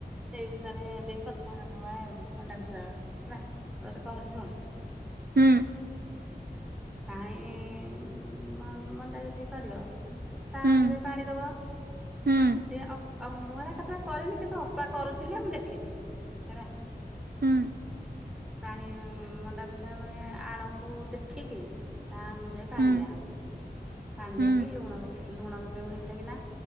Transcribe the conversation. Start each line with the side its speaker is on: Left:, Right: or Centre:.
Centre: ସେଇ ବିଷୟରେ ଟିକେ କଥା ହବା ଆଉ ମଣ୍ଡା ବିଷୟ ହେଲା ମୁ ତେତେ କହୁଛି ଶୁଣ।
Right: ହୁଁ।
Centre: କାଇଁ ଉଁ। ମଣ୍ଡା ଯେତିକି କରିବ ତା
Right: ହୁଁ
Centre: ଅନୁଯାୟୀ ପାଣି ଦବ।
Right: ହୁଁ
Centre: ସିଏ ମୋରା କେତଳେ କରିନି କିନ୍ତୁ ଅପା କରୁଥିଲେ ମୁଁ ଦେଖିଛି। ହେଲା।
Right: ହୁଁ
Centre: ପାଣି ମଣ୍ଡା ପିଠା ମାନେ ଆଣକୁ ଦେଖିକି ତା ଅନୁଯାୟୀ ପାଣି
Right: ହୁଁ
Centre: ଦିଆହବ ପାଣି
Right: ହୁଁ
Centre: ଦେଇକି ଲୁଣ ପକେଇ ଲୁଣ ପକେଇକୁ ହେଇଥିଲା କି ନା